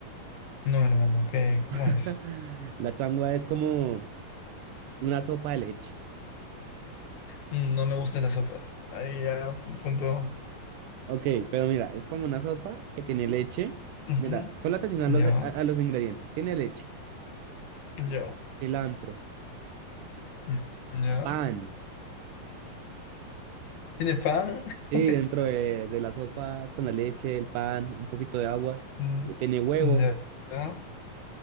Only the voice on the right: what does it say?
<laughs>
La changua es como una sopa de leche.
Ok, pero mira, es como una sopa que tiene leche.
Mira, ponle atención a
los, a, a los ingredientes. Tiene leche,
cilantro,
pan.
Sí, dentro de, de la sopa con la leche, el pan, un poquito de agua.
u- Tiene huevo.